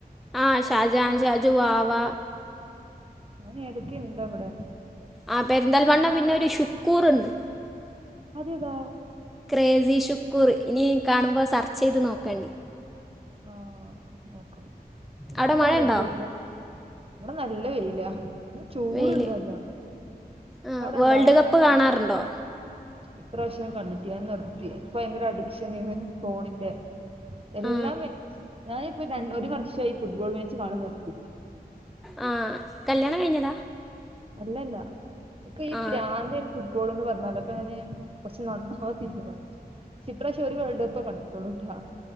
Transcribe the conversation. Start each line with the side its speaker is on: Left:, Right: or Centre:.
Centre: ആഹ് ഷാജാൻഷാജു വാ വാ
Right: ഓന എടുക്ക ഉണ്ട്വിടെ
Centre: ആ പെരിന്താൽമണ്ണ പിന്നെ ഒരു ഷുക്കൂറുണ്ട്
Right: അതേതാ
Centre: ക്രേസി ഷുക്കൂർ ഇനി കാണുമ്പോൾ സെർച്ച് ചെയ്ത് നോക്കണ്ടി
Right: ആഹ നോക്കണം ഇത്
Centre: അവിടെ
Right: ദ്യട്ട്
Centre: മഴ ഉണ്ടോ
Right: കേക്ക അവിടെ നല്ല വെയില ഇ ചൂടുണ്ട
Centre: വെയിൽ
Right: നല്ലോ
Centre: ആ
Right: അവിടെന്താ
Centre: വേൾഡ് കപ്പ് കാണാറുണ്ടോ
Right: ഇപ്രാവശ്യം കണ്ടിട്ട് ൻ നിർത്തി ഇപ്പൊ ഭയങ്കര അഡിക്ഷൻന്ന് ഫോണിന്റെ എല്ലാം
Centre: ആ
Right: ഞാനിപ്പോ ര ഒരു വർഷമായി ഫുട്ബോൾ മാച്ച് കളം നിർത്തിച്ചു
Centre: ആ കല്യാണം കഴിഞ്ഞതാ
Right: അല്ലല്ല ഇക്ക ഈ
Centre: ആ
Right: പ്രാന്ത ഫുട്ബോൾന്ന് പറഞ്ഞാലോ പ്പനെ കുറച്ച് നന്നാവ തീരുമാനിച്ചു ിപ്രശി അവര് വേൾഡ് കപ്പാ കണ്ടിട്ടോളൂ ട്ടാ